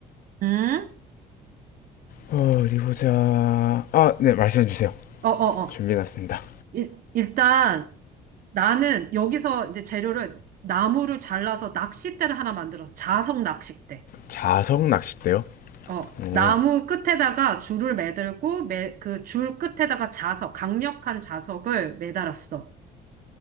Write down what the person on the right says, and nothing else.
응?
어, 어, 어.
일, 일단 나는 여기서 이제 재료를 나무를 잘라서 낚싯대를 하나 만들어서 자석 낚싯대.
어,
나무 끝에다가 줄을 매들고 매, 그 줄 끝에다가 자석, 강력한 자석을 매달았어.